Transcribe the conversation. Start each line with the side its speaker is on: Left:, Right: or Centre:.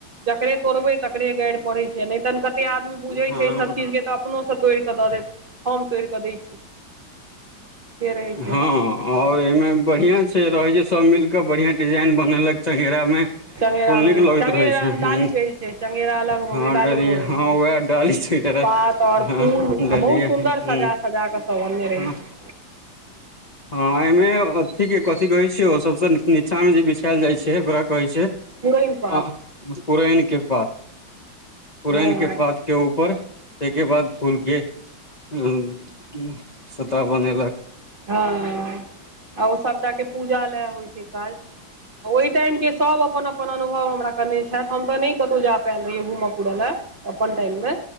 Right: जकरे तोड़बै तकरे गारि पड़ैत छै नहि तऽ ने कते आदमी बुझैत
Left: हँ
Right: छै ई सभ चीज के तऽ अपनोसँ तोड़िकऽ दऽ देत हम तोड़ि कऽ दै छी। से रहै छै
Left: हँ और एहिमे बढ़िया छै रहे छै सब मिल के बढ़ियां डिजाइन बनेलक चंगेरा मे।
Right: चंगेरा
Left: फूल नीक
Right: मे
Left: लगैत
Right: चंगेरा
Left: रहै छै ह
Right: डाली कहै छै चंगेरा अलग हो
Left: हँ
Right: गेल डाली
Left: डरियै
Right: हो गेल
Left: हँ उएह डाली छै
Right: पात और
Left: <unintelligible> हँ
Right: फूल आ
Left: डलियै
Right: बहुत सुन्दर
Left: हूं
Right: सजा सजा कऽ सब अनने रहै
Left: ह।
Right: छै
Left: हँ एमे अथी के कथिी कहै छै ओ सबस नीचा में जे बिछायल जाइ छै ओकरा कहै छै।
Right: पुरैन पात
Left: आ पुरैन के पात पुरैन
Right: हँ
Left: के पात। के ऊपर ताहिके बाद फूल के हूँ सूता बनेलक।
Right: हँ आ ओ सबटाके पूजा लय होइ छै काज। आ ओहि टाइमके सभ अपन अपन अनुभव हमरा कयने छथि हम तऽ नहि कतहु जा पायल रहियै घूमय फूरऽ लेल। अपन टाइम मे।